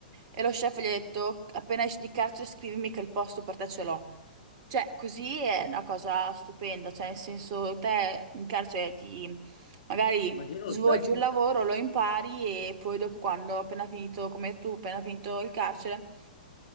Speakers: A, on the right (about 40°); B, on the left (about 60°).
A: E lo chef gli ha detto, appena esci di carcere scrivimi che il posto per te ce l'ho. Cioè, così è una cosa stupenda, cioè nel senso te in carcere ti magari
B: Ma chi era
A: svolgi
B: lo chef?
A: un lavoro, lo impari e poi dopo quando appena finito, come tu, appena finito il carcere,